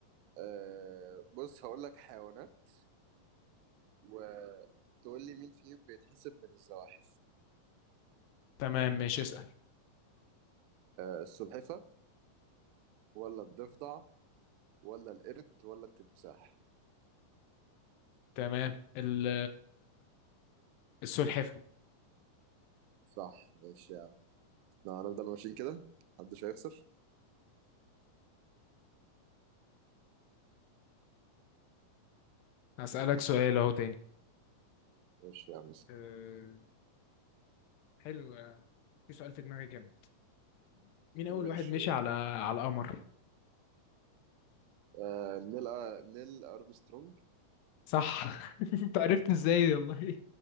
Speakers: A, on the right (about 90°); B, on the left (about 80°).
A: آه بص هقول لك حيوانات وتقول لي مين فيهم بيتحسب من الزواحف
B: تمام ماشي اسأل
A: آه السلحفة ولا الضفدع ولا القرد ولا التمساح
B: تمام ال السلحفة
A: صح ماشي يا عم لو هنفضل ماشيين كده محدش هيخسر
B: هسألك سؤال أهو تاني
A: ماشي يا عم
B: أه، حلو في سؤال في دماغي جامد مين أول
A: ماشي
B: واحد مشي
A: قول.
B: على على القمر
A: آه نيل آه نيل أرمسترونج
B: صح <laughs> أنت عرفت إزاي دي والله